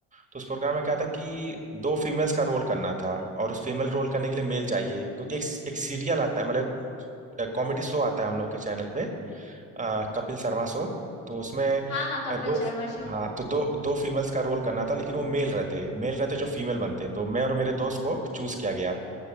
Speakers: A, on the right (about 20°); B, on the left (about 80°).
A: तो उस प्रोग्राम में क्या था कि दो फीमेल्स का रोल करना था और उस फीमेल रोल करने के लिए मेल चाहिए क्योंकि एक एक सीरियल आता है मतलब कॉमेडी शो आता है हम लोग के चैनल पे अ, कपिल शर्मा शो तो उसमें
B: हाँ हाँ कपिल
A: अ, दो
B: शर्मा शो
A: हाँ तो दो दो फीमेल्स का रोल करना था लेकिन वो मेल रहते मेल रहते जो फीमेल बनते तो मैं और मेरे दोस्त को चूज किया गया